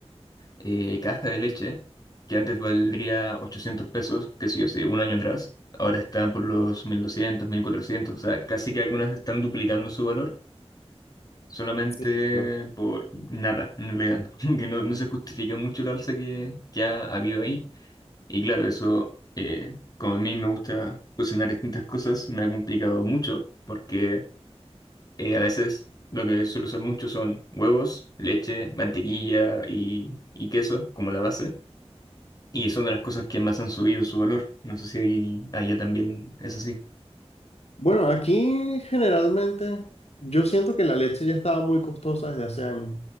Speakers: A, on the left (about 35°); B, on the left (about 75°).
A: eh, casca de leche, que antes valdría 800 pesos, que sí, hace un año atrás, ahora están por los mil doscientos mil cuatrocientos o sea, casi que algunas están duplicando su valor solamente
B: Sí, claro.
A: por nada, en realidad, <laughs> como que no, no se justifica mucho el alza que, que ha habido ahí. Y claro, eso, eh, como a mí me gusta cocinar distintas cosas, me ha complicado mucho, porque eh, a veces... Lo que suelo usar mucho son huevos, leche, mantequilla y, y queso como la base. Y son de las cosas que más han subido su valor. No sé si ahí- allá también es así.
B: Bueno, aquí generalmente yo siento que la leche ya estaba muy costosa desde hace años.